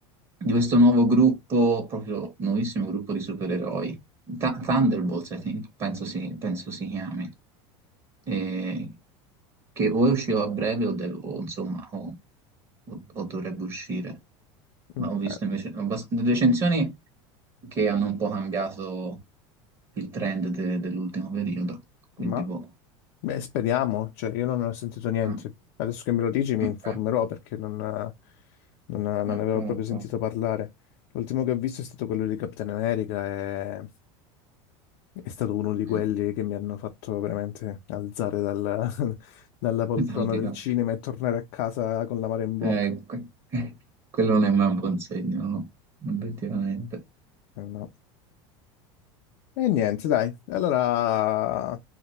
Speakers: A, on the right; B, on the left.
A: di questo nuovo gruppo, proprio nuovissimo gruppo di supereroi, Th- Thunderbolts, I think, penso si, penso si chiami, eh, che o è uscito a breve o, de- o, insomma o, o- o dovrebbe uscire. Ma
B: Mm,
A: ho visto
B: eh,
A: invece abbast- recensioni che hanno un po' cambiato il trend de- dell'ultimo periodo, quindi
B: ma
A: boh.
B: Beh, speriamo, cioè io non ne ho sentito niente.
A: Ah,
B: Adesso che me lo dici mi
A: ok.
B: informerò perché non, non- non
A: Eh,
B: ne avevo
A: prova
B: proprio
A: un po'.
B: sentito parlare. L'ultimo che ho visto è stato quello di Capitan America e è stato uno di quelli
A: Eh,
B: che mi hanno fatto veramente alzare dalla, <laughs> dalla poltrona
A: <laughs> dal di
B: del
A: là.
B: cinema e tornare a casa con l'amaro in bocca.
A: Eh, que- <laughs> quello non è mai un buon segno, no? Obiettivamente.
B: Eh, no. E niente, dai, allora